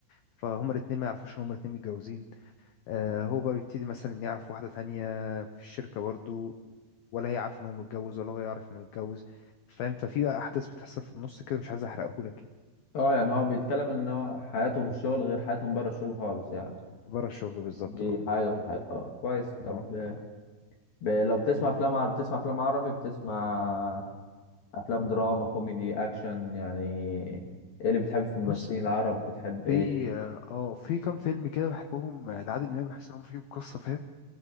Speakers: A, on the left (about 90°); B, on the left (about 55°).
A: فهما الاتنين ما يعرفوش ان هما الاتنين متجوزين آه هو بقى بيبتدي مثلا يعرف واحدة تانية في الشركة برضو ولا هي عارفه ان هو متجوز ولا هو يعرف انه متجوز فاهم ففي بقى احداث بتحصل في النص كده مش عايز احرقهولك يعني
B: اه يعني هو بيتكلم ان هو حياته في الشغل غير حياتهم بره الشغل خالص يعني
A: بره الشغل بالظبط
B: دي
A: اه
B: حاجة ودي حاجة اه كويس طب
A: اه
B: آه،
A: اه
B: ب... لو بتسمع افلام عربي بتسمع افلام عربي بتسمع افلام دراما كوميدي اكشن يعني ايه اللي بتحب في الممثلين
A: بص
B: العرب بتحب
A: في
B: ايه
A: اه آه، في كام فيلم كده بحبهم آه، لعادل امام بحس انهم فيهم قصه فاهم